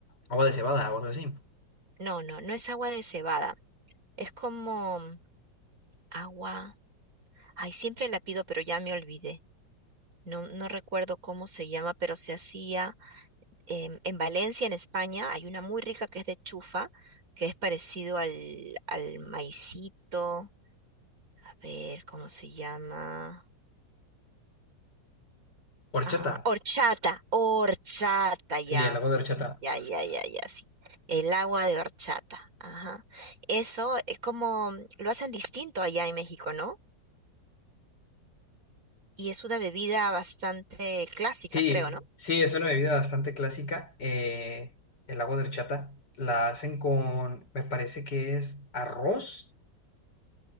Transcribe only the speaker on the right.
no, no, no es agua de cebada, es como agua. Ay, siempre la pido, pero ya me olvidé. No, no recuerdo cómo se llama, pero se hacía em, en Valencia, en España. Hay una muy rica que es de chufa, que es parecido al, al maicito. A ver, ¿cómo se llama?
Ah, horchata, horchata, ya.
Sí, ya, ya, ya, ya, sí. El agua de horchata. Ajá. Eso es como lo hacen distinto allá en México, ¿no? Y es una bebida bastante clásica,
creo, ¿no?